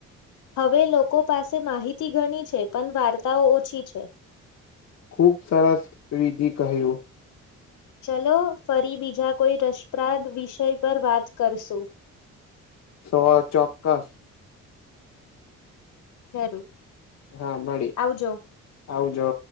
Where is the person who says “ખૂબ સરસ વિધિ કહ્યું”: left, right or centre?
Left